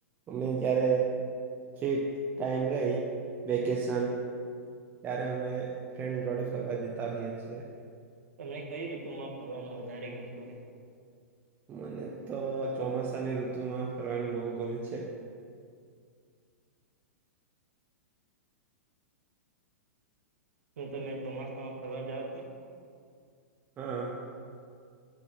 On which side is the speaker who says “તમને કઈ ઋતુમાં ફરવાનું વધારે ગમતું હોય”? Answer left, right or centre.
Right